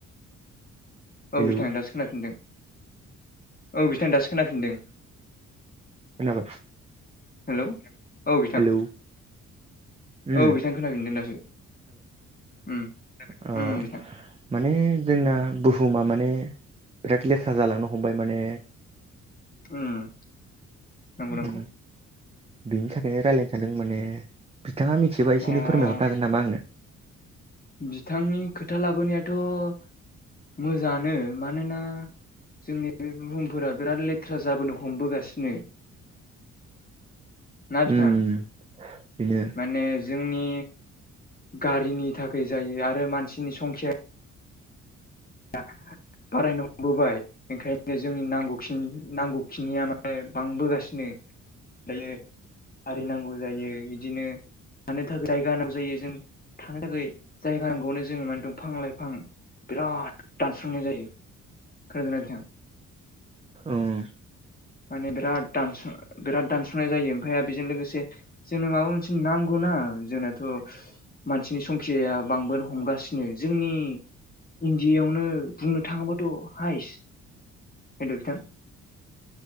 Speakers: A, on the left (about 25°); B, on the right (about 15°).
A: औ
B: हेलौ
A: बिथां दासो खोनाफिनदों औ बिथां दासो खोनाफिनदों
B: खोनाबाय
A: हेलौ औ बिथां
B: हेलौ उम
A: औ बिथां खोनागिनदों दासो उम
B: अ
A: उम बिथां
B: माने जोंना बुहुमा माने बिराद लेथ्रा जालांनो हमबाय माने
A: ओम नंगौ
B: उम
A: नंगौ
B: बिनि थाखायनो रायलाय सान्दों माने बिथाङा मिथिबा एसे
A: अ
B: एनै फोरमायहरनो हागोन नामा आंनो
A: बिथांनि खोथा लाबोनायाथ' मोजाङानो मानोना जोंनि बुहुमफोरा बिराद लेथ्रा जाबोनो हमबोगासिनो ना बिथां
B: उम बेनो
A: माने जोंनि गारिनि थाखाय जायो आरो मानसिनि संख्या <inaudible> बारायनो हमबोबाय ओंखायनो जोंनि नांगौखि नांगौखिनिया माने बांबोगासिनो ओमफायो आरिनांगौ जायो बिदिनो थानो थाखाय जायगा नांगौ जायो जों थांनो थाखाय जायगा नांगौनो जोङो माने दंफां लाइफां बिराद दानस्रांनाय जायो <unintelligible>
B: ओं
A: माने बिराद दानस बिराद दानस'नाय जायो ओमफ्राय बेजों लोगोसे जोंनो माबा मोनसे नांगौ ओ जोंनाथ' मानसिनि संख्याया बांबोनो हमगासिनो जोंनि इण्डियायावनो बुंनो थाङोबाथ' हायस <unintelligible>